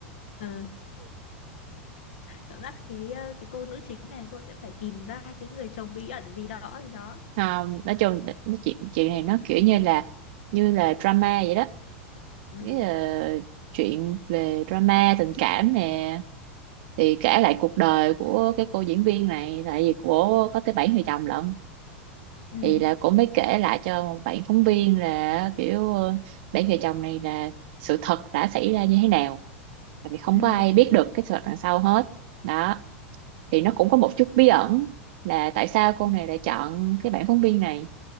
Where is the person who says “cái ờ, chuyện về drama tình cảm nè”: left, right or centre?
Right